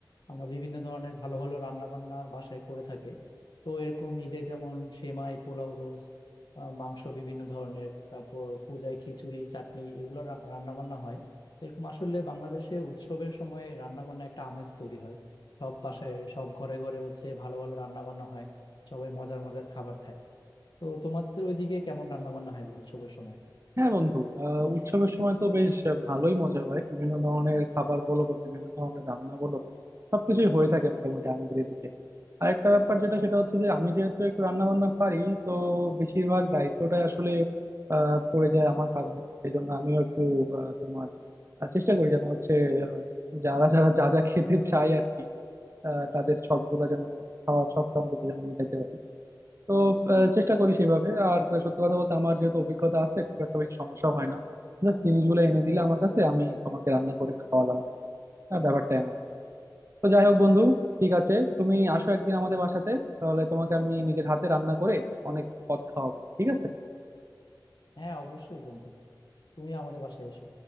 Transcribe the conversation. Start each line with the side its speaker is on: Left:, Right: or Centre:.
Left: আমরা বিভিন্ন ধরনের ভালো ভালো রান্না বান্না বাসায় করে থাকি তো এরকম ঈদে যেমন সেমাই পোলাও রোস্ট মাংস বিভিন্ন ধরনের তারপর পূজায় খিচুড়ি চাটনি এগুলো রান্না বান্না হয় এরকম আসলে বাংলাদেশে উৎসবের সময় রান্না বান্না একটা আমেজ তৈরি হয় সব বাসায় সব ঘরে ঘরে হচ্ছে ভালো ভালো রান্না বান্না হয় সবাই মজার মজার খাবার খায় তো তোমাদের ওইদিকে কেমন রান্না বান্না হয় উৎসবের সময়
Right: হ্যাঁ বন্ধু আহ উৎসবের সময় তো বেশ ভালোই মজা হয় বিভিন্ন ধরনের খাবার বলো বা বিভিন্ন ধরনের রান্না বলো সবকিছুই হয়ে থাকে মোটামুটি আমাদের এদিকে আর একটা ব্যাপার যেটা সেটা হচ্ছে যে আমি যেহেতু একটু রান্না বান্না পারি তো বেশিরভাগ দায়িত্বটা আসলে আহ পড়ে যায় আমার কাঁধে সেই জন্য আমিও একটু আহ, তোমার আহ, চেষ্টা করি যেন হচ্ছে আহ, যারা যারা যা যা খেতে চায় আর কি আহ, তাদের শখ গুলা যেন খাওয়ার শখ অন্তত যেন মিটাতে পারি তো আহ, চেষ্টা করি সেইভাবে আর সত্যি কথা বলতে আমার যেহেতু অভিজ্ঞতা আছে খুব একটা বেশি সমস্যা হয় না জাস্ট জিনিসগুলো এনে দিলে আমার কাছে আমি তোমাকে রান্না করে খাওয়ালাম আর কি। আর ব্যাপারটা এমন তো যাই হোক বন্ধু ঠিক আছে তুমি আসো একদিন আমাদের বাসাতে তাহলে তোমাকে আমি নিজের হাতে রান্না করে অনেক পদ খাওয়াবো ঠিক আছে
Left: হ্যাঁ অবশ্যই বন্ধু তুমি আমাদের বাসায় এসো